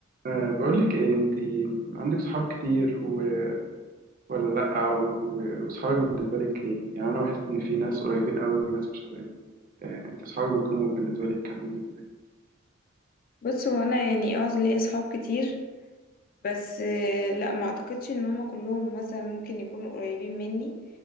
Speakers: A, on the right; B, on the left.
A: أه بقول لك ايه انت عندك صحاب كتير و... ولا لا و... و... وصحابك بالنسبه لك ايه يعني انا بحس ان في ناس قريبين قوي وناس مش قريبين أه انت صحابك بيكونوا بالنسبه لك عاملين ازاي
B: بص هو انا يعني اه ليا اصحاب كتير بس آه، لا ما اعتقدش ان هما كلهم مثلا ممكن يكونوا قريبين مني